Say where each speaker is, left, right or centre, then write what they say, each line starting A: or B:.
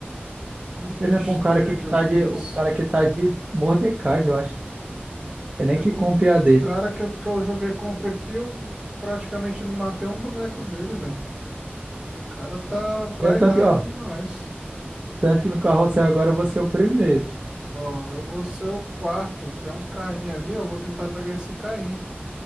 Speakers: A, on the right; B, on the right.
A: Que besteira
B: Pena pra um cara aqui
A: que
B: que tá
A: eu fiz.
B: de. o cara que tá de Mordecai, eu acho. É nem
A: Teve
B: que
A: um
B: compre a dele.
A: cara que eu, que eu joguei contra aqui, eu praticamente não matei um boneco dele, velho. O cara tá tryhard
B: Eu tanto, que, ó,
A: demais.
B: tanto que no carrossel agora eu vou ser o primeiro.
A: Ó, eu vou ser o quarto. Tem um Caim ali, eu vou tentar pegar esse Caim.